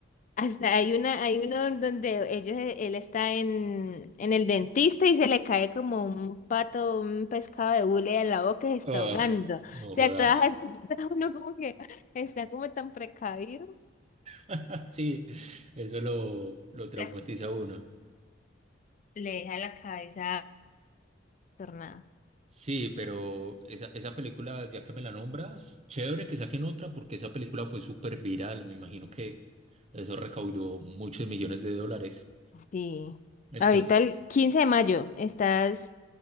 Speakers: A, on the left (about 40°); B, on the right (about 35°).
A: hasta hay una, hay uno en donde ellos, e, él está en, en el dentista y se le cae como un pato, un pescado de hule a la boca y se
B: Ah,
A: está ahogando. O
B: no
A: sea,
B: jodas.
A: todas, <laughs> uno como que está como tan precavido.
B: <laughs> Sí, eso lo, lo traumatiza
A: la-
B: a uno.
A: le deja la cabeza tornada.
B: Sí, pero esa, esa película, ya que me la nombras, chévere que saquen otra porque esa película fue súper viral. Me imagino que eso recaudó muchos millones de dólares.
A: Sí.
B: Entonces,
A: Ahorita el quince de mayo estás